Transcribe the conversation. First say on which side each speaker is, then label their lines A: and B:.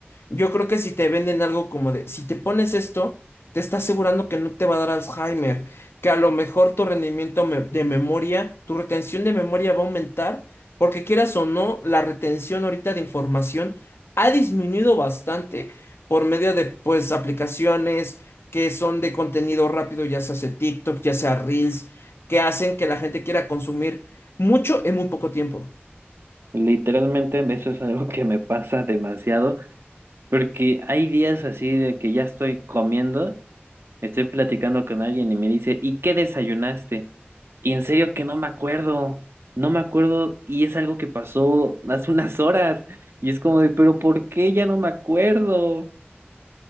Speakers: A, on the left; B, on the right.
A: Yo creo que si te venden algo como de, si te pones esto, te está asegurando que no te va a dar Alzheimer, que a lo mejor tu rendimiento me- de memoria, tu retención de memoria va a aumentar, porque quieras o no, la retención ahorita de información ha disminuido bastante por medio de, pues, aplicaciones que son de contenido rápido, ya sea hace TikTok, ya sea Reels, que hacen que la gente quiera consumir mucho en muy poco tiempo.
B: Literalmente eso es algo que me pasa demasiado porque hay días así de que ya estoy comiendo, estoy platicando con alguien y me dice, ¿y qué desayunaste? Y en serio que no me acuerdo, no me acuerdo y es algo que pasó <laughs> hace unas horas y es como de, pero ¿por qué ya no me acuerdo?